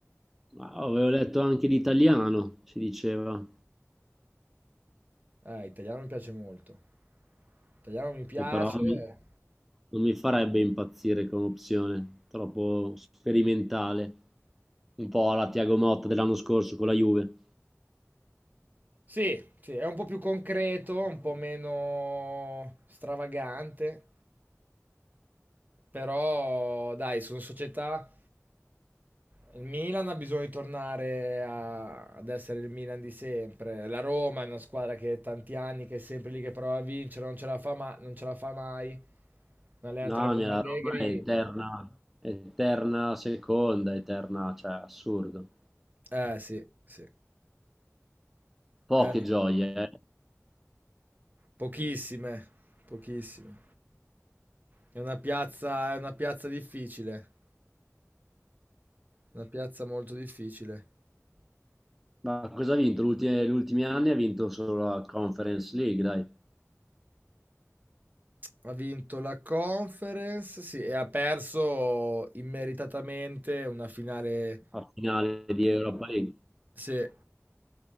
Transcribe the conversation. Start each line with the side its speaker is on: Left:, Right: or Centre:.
Centre: Ma avevo letto anche di italiano, si diceva,
Right: Eh, italiano mi piace molto. Italiano mi piace.
Centre: che però non mi non mi farebbe impazzire come opzione, troppo sperimentale, un po' alla Tiago Motta dell'anno scorso con la Juve.
Right: Sì, sì, è un po' più concreto, un po' meno stravagante, però dai, sono società. Il Milan ha bisogno di tornare a- ad essere il Milan di sempre. La Roma è una squadra che è tanti anni, che è sempre lì che prova a vincere, non ce la fa, ma- non ce la fa mai. Un allenatore
Centre: No,
Right: come
Centre: mia, la
Right: Allegri.
Centre: roba è eterna, eterna seconda, eterna, cioè assurdo.
Right: Eh sì, sì.
Centre: Poche
Right: Eh,
Centre: gioie, eh.
Right: pochissime, pochissime. È una piazza, è una piazza difficile, una piazza molto difficile.
Centre: Ma cosa ha vinto? L'ulti- Gli ultimi anni ha vinto solo la Conference League, dai,
Right: Ha vinto la Conference, sì, e ha perso immeritatamente una finale,
Centre: a finale di Europa League.
Right: sì,